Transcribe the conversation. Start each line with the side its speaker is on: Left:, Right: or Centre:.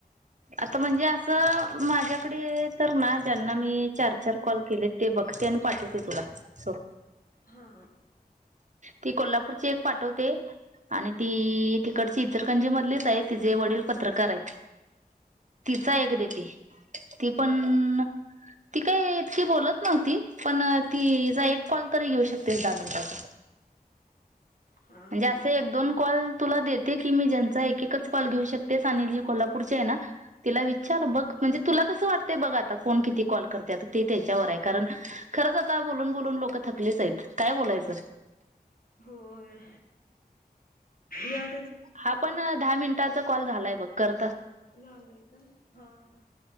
Right: आता म्हणजे असं माझ्याकडे तर ना ज्यांना मी चार चार कॉल केले ते बघते आणि पाठवते तुला सोड.
Left: हा.
Right: ती कोल्हापूरची एक पाठवते, आणि ती तिकडची
Left: हा
Right: इचरकंजी मधलीच आहे तिचेे वडील पत्रकार आहेत. तिचा
Left: हा
Right: एक देते. ती पण ती काय इतकी बोलत नव्हती. पण तिजा एक कॉल तरी घेऊ शकतेस दहा मिनिटाचा.
Left: हा
Right: म्हणजे असे
Left: हा
Right: एक दोन कॉल तुला देते की मी ज्यांचा एक एकच कॉल घेऊ शकतेस आणि जी कोल्हापूरचे आहे ना, तिला विचार बघ म्हणजे तुला कसं वाटतय बघ आता कोण किती कॉल करते किती त्याच्यावर आहे कारण खरंच आता बोलून बोलून लोक थकलीच आहेत काय बोलायचं.
Left: होय. या.
Right: हा पण दहा मिनिटाचा कॉल झालाय बग कर
Left: झालय काय? हा हा.